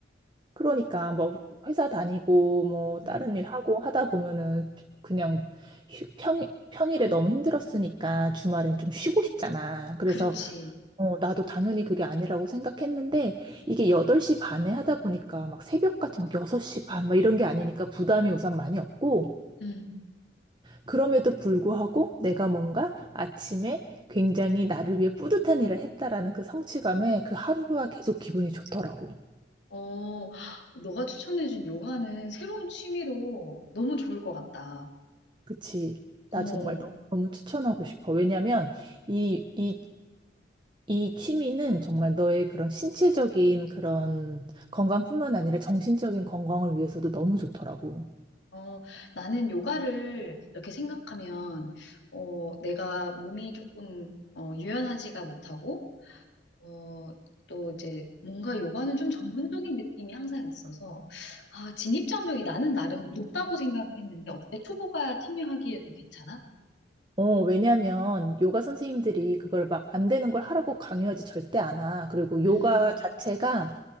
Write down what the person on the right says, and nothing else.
그러니까 뭐 회사 다니고 뭐 다른
일 하고 하다 보면은 그냥 휴- 평, 평일에 너무 힘들었으니까 주말엔 좀 쉬고 싶잖아. 그래서
어, 나도 당연히 그게 아니라고 생각했는데 이게 8시 반에 하다 보니까 막 새벽같이 막 6시 반 막 이런 게 아니니까 부담이 우선 많이 없고
그럼에도 불구하고 내가 뭔가 아침에 굉장히 나를 위해 뿌듯한 일을 했다라는 그 성취감에 그 하루가 계속 기분이 좋더라고.
그치. 나
정말 너- 너무 추천하고 싶어. 왜냐면 이, 이, 이 취미는 정말 너의 그런 신체적인 그런 건강뿐만 아니라 정신적인 건강을 위해서도 너무 좋더라고.
어, 왜냐면 요가 선생님들이 그걸 막 안 되는 걸 하라고 강요하지 절대 않아. 그리고 요가
자체가